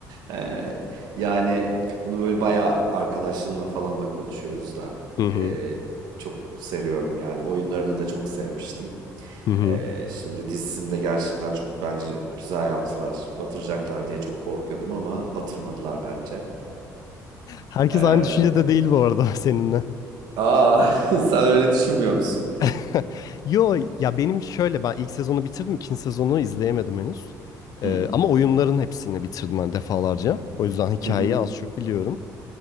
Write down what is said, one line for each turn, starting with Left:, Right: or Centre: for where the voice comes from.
Right: Ee, yani bunu böyle bayağı arkadaşlarımla falan da konuşuyoruz da
Left: Hı hı.
Right: ee, çok seviyorum yani. Oyunlarını da çok sevmiştim.
Left: Hı hı.
Right: Ee, şimdi dizisini de gerçekten çok bence güzel yaptılar. Batıracaklar diye çok korkuyordum ama batırmadılar bence.
Left: Herkes
Right: Ee,
Left: aynı düşüncede değil bu arada <laughs> seninle.
Right: Aa, <laughs> sen öyle düşünmüyor musun?
Left: <laughs> Yo ya benim şöyle ben ilk sezonu bitirdim ikinci sezonu izleyemedim henüz.
Right: Hı,
Left: Ee, ama oyunların hepsini bitirdim ben defalarca. O yüzden hikayeyi
Right: hı hı.
Left: az çok biliyorum.